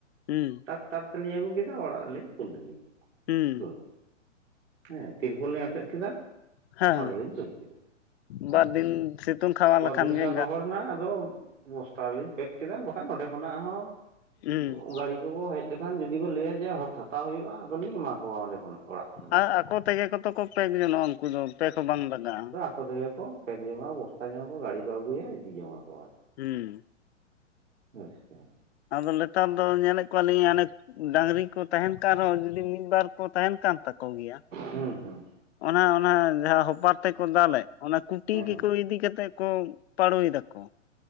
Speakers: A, on the left (about 60°); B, on the right (about 80°).
A: ᱦᱩᱸ
B: ᱴᱟᱠ ᱴᱟᱨ ᱛᱮᱞᱤᱧ ᱟᱹᱜᱩ ᱠᱮᱫᱟ ᱚᱲᱟᱜ ᱨᱮ ᱞᱤᱧ ᱫᱩᱞ ᱜᱤᱫᱟ ᱠᱮᱫᱟ
A: ᱦᱩᱸ
B: ᱫᱩᱞ ᱠᱮᱫᱟ᱾ ᱦᱮᱸ ᱛᱤᱨᱯᱚᱞ ᱞᱤᱧ ᱟᱴᱮᱜ ᱠᱮᱫᱟ,
A: ᱦᱮᱸ
B: ᱚᱸᱰᱮᱞᱤᱧ ᱫᱩᱞ ᱠᱮᱫᱟ, ᱦᱮᱸ
A: ᱵᱟᱨ ᱫᱤᱱ ᱥᱤᱛᱩᱝ ᱠᱷᱟᱣᱟ
B: ᱵᱟᱨᱫᱤᱱ
A: ᱞᱮᱠᱷᱟᱱ ᱜᱮ
B: ᱜᱟᱱ ᱨᱚᱦᱚᱲᱱᱟ ᱟᱫᱚ ᱵᱚᱥᱛᱟ ᱨᱮᱞᱤᱧ ᱯᱮᱠ ᱠᱮᱫᱟ ᱵᱟᱠᱷᱟᱱ ᱚᱸᱰᱮ ᱠᱷᱚᱱᱟᱜ ᱦᱚᱸ
A: ᱦᱩᱸ
B: ᱜᱟᱹᱲᱤ ᱠᱚᱠᱚ ᱦᱮᱡ ᱞᱮᱠᱷᱟᱱ ᱡᱩᱫᱤ ᱠᱚ ᱞᱟᱹᱭᱟ ᱡᱮ ᱦᱚᱛ ᱦᱟᱛᱟᱣ ᱦᱩᱭᱩᱜᱼᱟ ᱟᱫᱚᱞᱤᱧ ᱮᱢᱟ ᱠᱚᱣᱟ ᱚᱰᱮᱚᱱᱟᱜ ᱚᱲᱟᱜ ᱠᱷᱚᱱᱟᱜ᱾
A: ᱟᱨ ᱟᱠᱚ ᱛᱮᱜᱮ ᱠᱚᱫᱚ ᱠᱚ ᱯᱮᱠ ᱡᱚᱱᱚᱜᱼᱟ ᱩᱱᱠᱩ ᱫᱚ ᱯᱮᱠ ᱦᱚᱸ ᱵᱟᱝ ᱞᱟᱜᱟᱜᱼᱟ᱾
B: ᱠᱚ ᱛᱮᱜᱮ ᱠᱚ ᱯᱮᱠ ᱡᱚᱝᱟ, ᱵᱚᱥᱛᱟ ᱡᱚᱝᱟ ᱠᱚ, ᱜᱟᱹᱤ ᱠᱚ ᱟᱹᱜᱩᱭᱟ ᱤᱫᱤ ᱡᱚᱝᱟ ᱠᱚ ᱟᱨ᱾
A: ᱦᱩᱸ᱾
B: ᱦᱳᱭᱥᱮ᱾
A: ᱟᱫᱚ ᱱᱮᱛᱟᱨ ᱫᱚ ᱧᱮᱞᱮᱫ ᱠᱚᱣᱟᱞᱤᱧ ᱟᱱᱮᱠ ᱰᱟᱝᱨᱤ ᱠᱚ ᱛᱟᱸᱦᱮᱱ ᱠᱟᱱ ᱨᱮᱦᱚᱸ ᱡᱩᱫᱤ ᱢᱤᱫᱵᱟᱨ ᱠᱚ ᱛᱟᱸᱦᱮᱱ ᱠᱟᱱ ᱛᱟᱠᱚ ᱜᱮᱭᱟ,
B: ᱦᱩᱸ ᱦᱩᱸ
A: ᱚᱱᱟ ᱚᱱᱟ ᱡᱟᱦᱟᱸ ᱦᱚᱯᱟᱨ ᱛᱮᱠᱚ ᱫᱟᱞᱮᱫ, ᱚᱱᱟ ᱠᱩᱴᱤ
B: ᱦᱮᱸ
A: ᱜᱮᱠᱚ ᱤᱫᱤ ᱠᱟᱛᱮᱫ ᱠᱚ ᱯᱟᱲᱳᱭ ᱫᱟᱠᱚ᱾